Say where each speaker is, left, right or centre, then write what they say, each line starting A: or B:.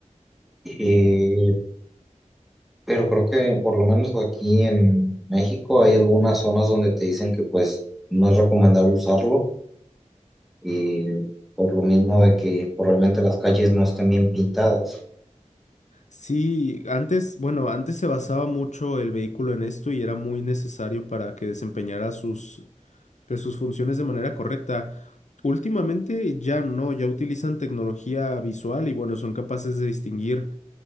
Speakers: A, in the centre; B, on the left (about 70°).
A: Eh, pero creo que por lo menos aquí en México hay algunas zonas donde te dicen que pues no es recomendable usarlo, eh, por lo mismo de que probablemente las calles no estén bien pintadas.
B: Sí, antes, bueno, antes se basaba mucho el vehículo en esto y era muy necesario para que desempeñara sus, pues, sus funciones de manera correcta. Últimamente ya no, ya utilizan tecnología visual y bueno, son capaces de distinguir